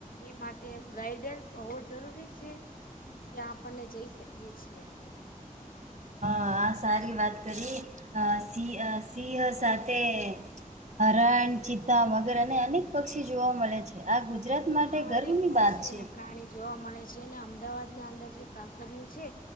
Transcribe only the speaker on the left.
એ માટે ગાઈડન્સ હો જરૂરી છે ત્યા આપણને જઈ શકીએ છીએ આપણે
હા
અનેક પક્ષી
અને પ્રાણી જોવા મળે છે અમદાવાદ ના અંદર જે કાકરયુ છે